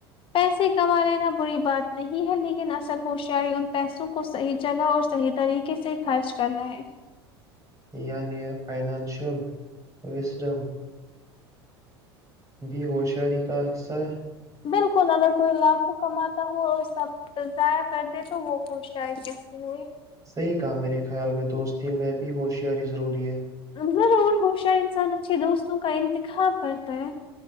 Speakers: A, on the left; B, on the right.
A: پیسے کما لینا بری بات نہیں ہے لیکن اصل ہوشیاری ان پیسوں کو صحیح جگہ اور صحیح طریقے سے خرچ کرنا ہے
B: یعنییا فائنانشل وسڈم بھی ہوشیاری کا حصہ ہے
A: بالکل اگر کوئی لاکھوں کماتا ہو اور سب ضائع کر دے تو وہ خوش آ ہے کیسے ہوئے
B: صحیح کہا میرے خیال میں دوستی میں بھی ہوشیاری ضروری ہے
A: ضرور ہوشی اور انسان اچھے دوستوں کا انتخاب کرتا ہے